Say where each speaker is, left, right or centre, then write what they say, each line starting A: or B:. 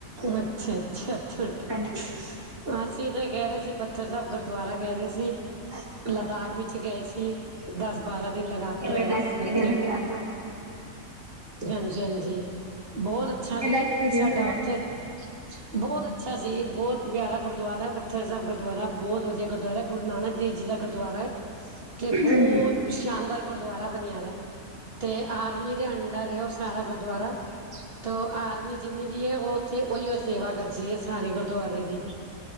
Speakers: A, on the right; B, on the right.
A: ਅੱਛਾ, ਅੱਛਾ, ਅੱਛਾ, ਅੱਛਾ
B: ਹਾਂਜੀ
A: ਅਸੀਂ ਤਾਂ ਗਏ ਰਹੇ ਸੀ, ਪੱਥਰ ਸਾਹਿਬ ਗੁਰਦੁਆਰਾ ਗਹਿ ਰਹੇ ਸੀ
B: ਅੱਛਾ
A: ਲੱਦਾਖ
B: ਅੱਛਾ
A: ਵਿੱਚ ਗਏ ਸੀ। ਦਸ - ਬਾਰਾਂ ਦਿਨ ਲਗਾ
B: ਕਿਵੇਂ
A: ਕੇ ਆਏ
B: ਦਾ ਐਕਸਪੀਰੀਅੰਸ
A: ਅਸੀਂ ਉੱਥੇ
B: ਰਿਹਾ ਤੁਹਾਡਾ ਫਿਰ?
A: ਹਾਂਜੀ, ਹਾਂਜੀ ਬਹੁਤ ਅੱਛਾ
B: ਕਿਵੇਂ
A: ਸੀ
B: ਦਾ ਐਕਸਪੀਰੀੰਸ
A: ਸਾਡਾ
B: ਰਿਹਾ?
A: ਉੱਥੇ ਬਹੁਤ ਅੱਛਾ ਸੀ, ਬਹੁਤ ਪਿਆਰਾ ਗੁਰਦੁਆਰਾ ਪੱਥਰ ਸਾਹਿਬ ਗੁਰਦੁਆਰਾ ਬਹੁਤ ਵਧੀਆ ਗੁਰਦੁਆਰਾ ਗੁਰੂ ਨਾਨਕ ਦੇਵ ਜੀ ਦਾ ਗੁਰਦੁਆਰਾ ਐ, ਤੇ ਬਹੁਤ
B: ਹਾਂਜੀ
A: ਸ਼ਾਨਦਾਰ ਗੁਰਦੁਆਰਾ ਬਣਿਆ ਦਾ ਐ, ਤੇ ਆਰਮੀ ਦੇ ਅੰਡਰ ਏ ਉਸ ਸਾਰਾ ਗੁਰਦੁਆਰਾ, ਤੋ ਆਰਮੀ ਜਿੰਨੀ ਵੀ ਹੈ ਉਹ ਉੱਥੇ ਉਹੀਓ ਸੇਵਾ ਕਰਦੀ ਹੈ ਸਾਰੀ ਗੁਰਦੁਆਰੇ ਦੀ,